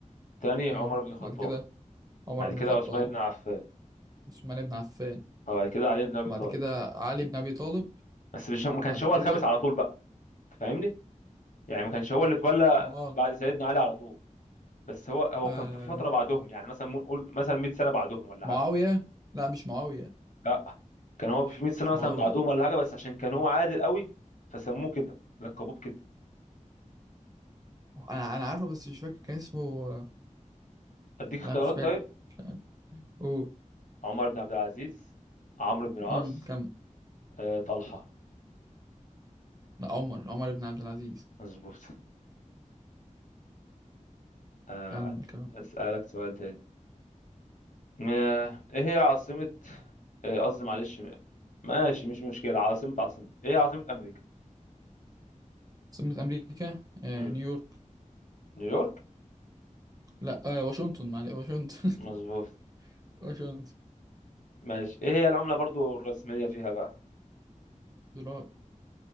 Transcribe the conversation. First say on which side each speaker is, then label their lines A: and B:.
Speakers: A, on the left (about 75°); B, on the right (about 30°).
A: الثاني عمر
B: مم.
A: بن الخطاب
B: بعد كده عمر
A: بعد
B: بن
A: كده
B: الخطاب
A: عثمان بن عفان
B: عثمان بن عفان
A: وبعد كده علي بن ابي
B: بعد
A: طالب
B: كده علي بن أبي طالب
A: بس مش ما كانش
B: بعد
A: هو
B: كده
A: الخامس على طول بقى انت فاهمني يعني ما كانش هو اللي اتولى
B: مع...
A: بعد سيدنا علي على طول بس هو هو
B: آه،
A: كان في فتره بعدهم يعني مثلا مو- قول مثلا 100 سنه بعدهم ولا
B: معاوية
A: حاجه
B: لا مش معاوية
A: لا كان هو
B: مش
A: في 100 سنه
B: مش
A: مثلا
B: معاوية
A: بعدهم ولا حاجه بس عشان كان هو عادل قوي فسموه كده لقبوه كده
B: أنا أنا عارفه بس مش فاكر كان اسمه آه،
A: اديك اختيارات
B: لا مش فاكر
A: طيب
B: مش عارف أوه.
A: عمر بن عبد العزيز عمرو بن العاص
B: مم. كمل
A: آه، طلحه
B: لا عمر عمر بن عبد العزيز
A: مظبوط آه،
B: كمل كمل
A: اسالك سؤال تاني م- ايه هي عاصمه آه، قصدي معلش ماشي مش مشكله عاصمه عاصمه ايه هي عاصمه امريكا
B: سمت أمريكا آه،
A: مم.
B: نيويورك
A: نيويورك
B: لا آه، واشنطن معلش واشنطن
A: مظبوط
B: <laughs> واشنطن
A: ماشي ايه هي العملة برضو الرسمية فيها بقى
B: دولار